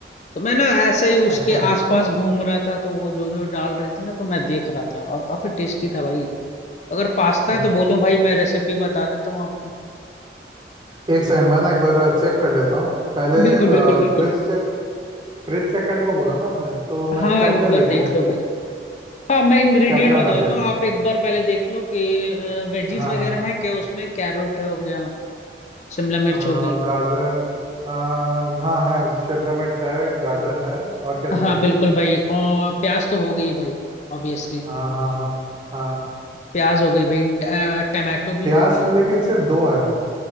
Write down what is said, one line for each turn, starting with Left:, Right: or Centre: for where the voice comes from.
Left: तो मैं ना ऐसे ही उसके
Right: अच्छा
Left: आसपास घूम रहा था तो वो जो जो डाल रही थी ना तो मैं देख रहा था और काफी टेस्टी था भाई अगर पास्ता
Right: अच्छा
Left: है तो बोलो भाई मैं रेसिपी बता देता हूँ आपको
Right: एक सेकंड मैं ना एक बार चेक कर लेता हूँ पहले
Left: बिल्कुल बिल्कुल
Right: आ,
Left: बिल्कुल
Right: फ्रिज चेक फ्रिज चेक करने को बोला ना आपने तो मैं
Left: हाँ
Right: क्या
Left: एक
Right: क्या
Left: बार
Right: देखूँ
Left: देख
Right: उसमें
Left: लो भाई हाँ मैं इंग्रेडिएंट
Right: क्या क्या
Left: बता
Right: होना चाहिए
Left: देता हूँ आप एक बार पहले देख लो कि वेजीज
Right: हाँ
Left: वगैरह
Right: हाँ
Left: है क्या उसमें कैरेट हो गया शिमला मिर्च
Right: अ,
Left: हो गई
Right: गाजर अ, हाँ है शिमला मिर्च है गाजर है और क्या चाहिए
Left: हाँ बिल्कुल भाई और प्याज तो हो गई भाई ऑब्वियसली
Right: हाँ हाँ हाँ हाँ
Left: प्याज हो गई भाई ट- अ, टमाटो भी
Right: प्याज
Left: होगी
Right: लेकिन सिर्फ दो है